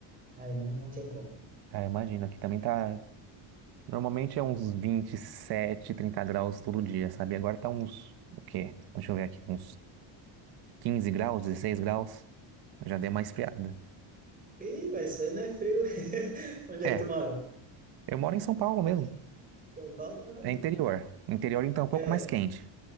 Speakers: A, on the right (about 15°); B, on the right (about 50°).
A: Aí não, não tem como.
B: Ah, imagina, aqui também tá. Normalmente é uns vinte, e sete, trinta graus todo dia, sabe? Agora tá uns. O quê? Deixa eu ver aqui. Uns 15 graus, 16 graus. Já deu uma esfriada.
A: Ih, mas isso aí não é frio. <laughs> Onde é
B: É,
A: que tu mora?
B: eu moro em São Paulo mesmo.
A: São Paulo, ah,
B: É
A: né?
B: interior. Interior então é um pouco
A: É,
B: mais quente.